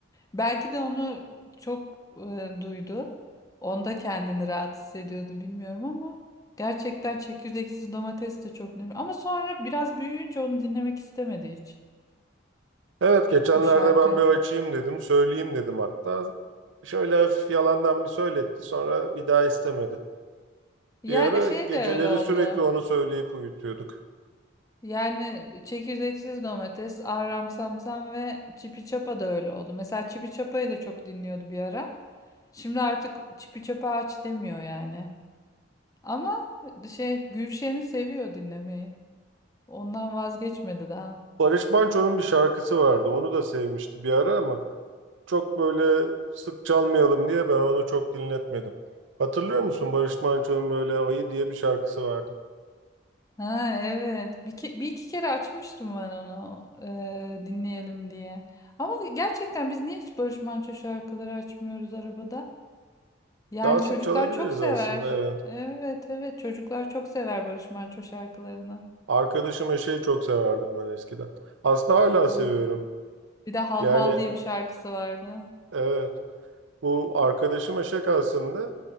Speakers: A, on the left; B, on the right.
A: Belki de onu çok e, duydu. Onda kendini rahat hissediyordu bilmiyorum ama gerçekten çekirdeksiz domates de çok önemli. Ama sonra biraz büyüyünce onu dinlemek istemedi hiç
B: Evet geçenlerde
A: o şarkıyı.
B: ben bir açayım dedim. Söyleyeyim dedim hatta. Şöyle hafif yalandan bir söyletti. Sonra bir daha istemedi.
A: Yani
B: Bir ara
A: şey
B: geceleri
A: de öyle oldu.
B: sürekli onu söyleyip uyutuyorduk.
A: Yani çekirdeksiz domates, Ahram Samsam ve Çipi Çapa da öyle oldu. Mesela Çipi Çapa'yı da çok dinliyordu bir ara. Şimdi artık Çipi Çapa aç demiyor yani. Ama şey Gülşen'i seviyor dinlemeyi. Ondan vazgeçmedi daha.
B: Barış Manço'nun bir şarkısı vardı. Onu da sevmişti bir ara ama. çok böyle sık çalmayalım diye ben onu çok dinletmedim. Hatırlıyor musun Barış Manço'nun böyle Ayı diye bir şarkısı vardı.
A: Ha evet. Bir, ke- bir iki kere açmıştım ben onu e, dinleyelim diye. Ama gerçekten biz niye hiç Barış Manço şarkıları açmıyoruz arabada? Yani
B: Daha sık
A: çocuklar
B: çalabiliriz
A: çok sever.
B: aslında evet.
A: Evet evet çocuklar çok sever Barış Manço şarkılarını.
B: Arkadaşım Eşeği çok severdim ben eskiden. Aslında hala
A: Ay
B: seviyorum.
A: evet. Bir de Hal
B: Yani
A: Hal diye bir şarkısı vardı.
B: evet bu arkadaşım Eşek aslında